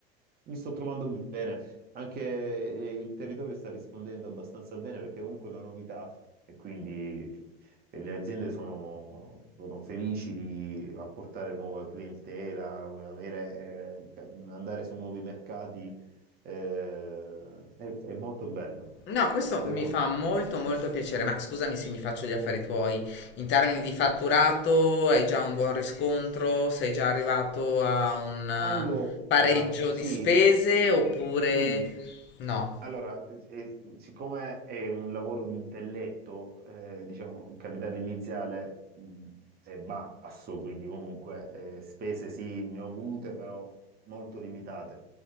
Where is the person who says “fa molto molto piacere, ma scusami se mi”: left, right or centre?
Left